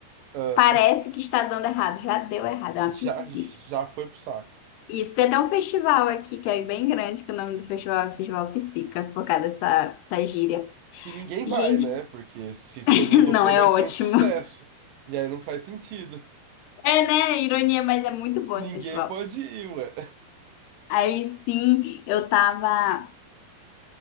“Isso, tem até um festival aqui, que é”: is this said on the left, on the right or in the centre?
Left